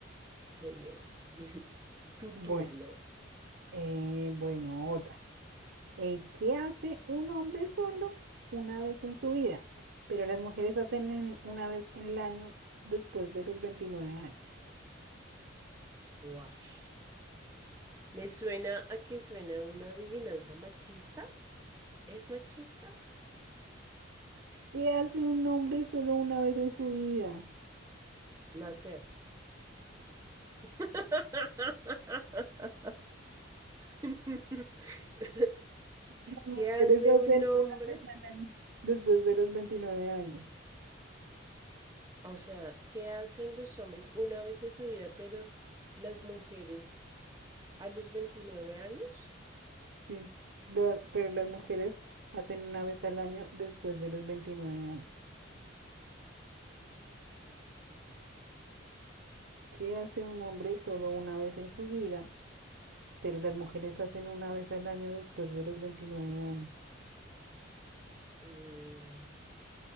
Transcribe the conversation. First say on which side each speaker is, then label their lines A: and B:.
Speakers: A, on the right (about 15°); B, on the right (about 80°).
A: Muy bien. <laughs> Tu turno.
B: Bueno. eh, bueno, otra. eh, ¿qué hace un hombre solo una vez en su vida? Pero las mujeres hacen en- una vez en el año después de los 29 años.
A: Guash. Me suena a que suena una adivinanza machista. ¿Es machista?
B: ¿Qué hace un hombre solo una vez en su vida?
A: Nacer. <laughs> <laughs>
B: Las mujeres
A: ¿Qué hace
B: hacen
A: un hombre?
B: una vez al año después de los 29 años.
A: O sea, ¿qué hacen los hombres una vez en su vida, pero las mujeres a los 29 años?
B: Sí, lo ha- pero las mujeres hacen una vez al año después de los 29 años. ¿Qué hace un hombre solo una vez en su vida? Pero las mujeres hacen una vez al año después de los 29 años.
A: Mm,